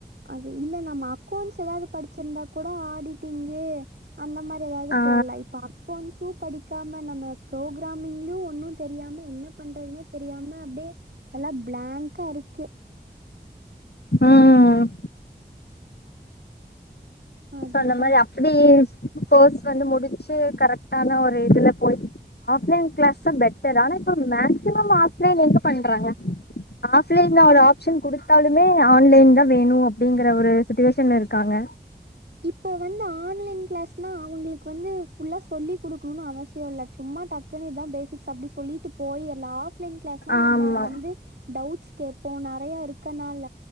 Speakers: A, on the right; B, on the left.
A: அது இல்ல நம்ம அக்கௌண்ட்ஸ் ஏதாவது படிச்சிருந்தா கூட ஆடிட்டிங்கு அந்த மாரி ஏதாவது
B: ஆ
A: போடல இப்ப அக்கவுண்ஸும் படிக்காம நம்ம புரோக்கரிமிங்லயும் ஒ ன்னு தெரியாம என்ன பண்றதுன்னே தெரியாம அப்டியே நல்லா பிளங்கா இருக்கு
B: ம்ம்
A: அதுதா
B: சோ அந்த மாரி அபடி கோர்ஸ் வந்து முடிச்சு கரெக்டான ஒரு இதுல போயி ஆஃப்லைன் கிளாஸ்தா பெட்டர் ஆனா இப்ப மேக்சிமம் ஆஃப்லைன் எங்க பண்றாங்க ஆஃப்லைன்ல
A: அவ்
B: ஒரு ஆப்ஷன் குடுத்தாலுமே ஆன்லைன் தா வேணு அப்டிங்கிற ஒரு சுச்சுவேஷன்ல இருக்காங்க
A: இப்ப வந்து ஆன்லைன் கிளாஸ் தா அவங்களுக்கு வந்து ஃபுல்லா சொல்லி குடுக்கணும்னு அவசிய இல்ல சும்மா டக்குன்னு இதா பேசிக்ஸ் அப்டின்னு சொல்லிட்டு போயிரல ஆஃப்லைன் கிளாஸ்னா
B: ஆமா
A: நம்ம வந்து டவுட்ஸ் கேப்போ நெறையா இருக்கனால